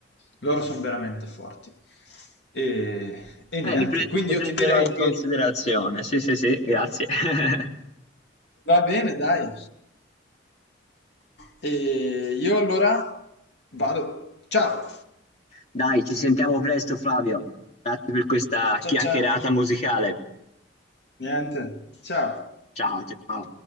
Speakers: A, on the left (about 60°); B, on the left (about 35°).
A: loro sono veramente forti. E, e niente,
B: Eh, li, pre-
A: quindi
B: li
A: io
B: prenderò
A: ti direi
B: in
A: che
B: considerazione. Sì, sì, sì, grazie. <laughs>
A: va bene, dai. E io allora vado. Ciao.
B: Dai, ci sentiamo presto, Flavio. Grazie per questa
A: Ciao
B: chiacchierata
A: ciao.
B: musicale.
A: Niente. Ciao.
B: Ciao, ciao.